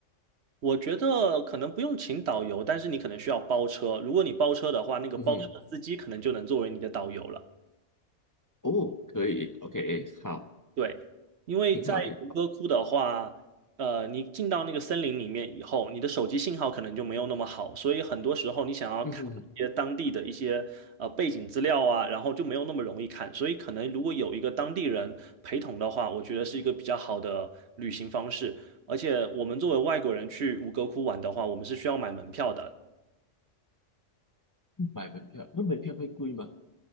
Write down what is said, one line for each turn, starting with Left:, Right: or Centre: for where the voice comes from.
Right: 我觉得可能不用请导游，但是你可能需要包车。如果你包车的话，那个包车司机可能就能作为你的导游了。
Left: 嗯哼，哦，可以，OK，好，
Right: 对，因为在吴哥窟的话，
Left: 挺好的。
Right: 呃，你进到那个森林里面以后，你的手机信号可能就没有那么好，所以很多时候你想要看一些当地的一些呃背景资料啊，
Left: 嗯哼，
Right: 然后就没有那么容易看，所以可能如果有一个当地人陪同的话，我觉得是一个比较好的旅行方式。而且我们作为外国人去吴哥窟玩的话，我们是需要买门票的，
Left: 买门票，那门票会贵吗？